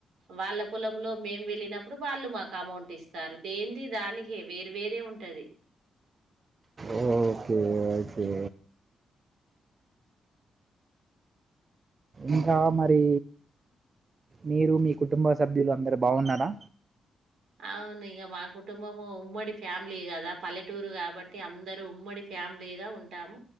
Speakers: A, on the right (about 75°); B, on the right (about 35°).
A: వాళ్ళ పొలం లో మేము వెళ్ళినప్పుడు వాళ్ళు మాకు అమౌంట్ ఇస్తారు దేంది దానికే వేరు వేరే ఉంటది
B: ఓకే ఓకే ఇంకా మరి మీరు మీ కుటుంబ సభ్యులు అందరు బాగున్నారా
A: అవును ఇక మా కుటుంబము ఉమ్మడి ఫ్యామిలీ కదా పల్లెటూరు కాబట్టి అందరు ఉమ్మడి ఫ్యామిలీగా ఉంటాము